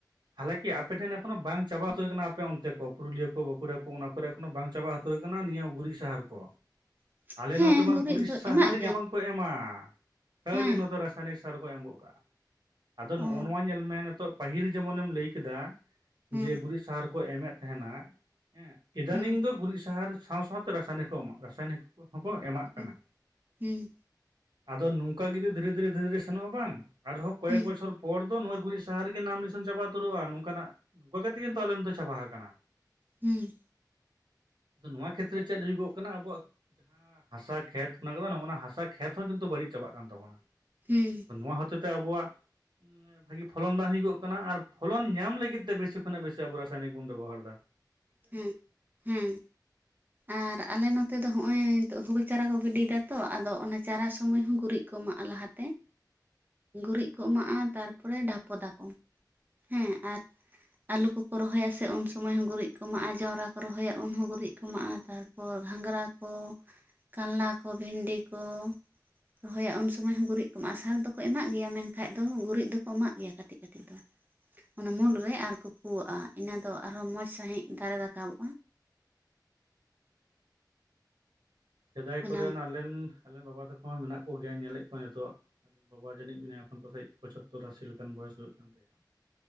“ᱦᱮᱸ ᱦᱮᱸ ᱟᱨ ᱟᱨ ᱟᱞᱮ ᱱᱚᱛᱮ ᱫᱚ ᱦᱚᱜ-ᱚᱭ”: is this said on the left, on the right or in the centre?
Right